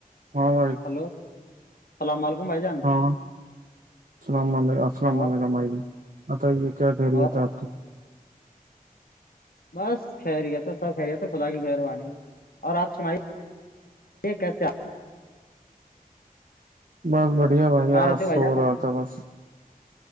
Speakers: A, on the right (about 60°); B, on the left (about 80°).
A: <unintelligible>
B: <unintelligible>
A: اللام علیکم السلام
B: اور
A: علیکم بائی ج بتائیے کیا خیریت
B: اور
A: ہے آپ کی
B: بس خیریت تو سب خیریت خدا کی مہربانی اور آپ سنائیے یہ کیسے آپ
A: بس بڑھیا بھائی
B: آپ کہاں
A: آج
B: رہتے ہو
A: سو
B: بھائی جان
A: رہا
B: آپ؟
A: تھا بس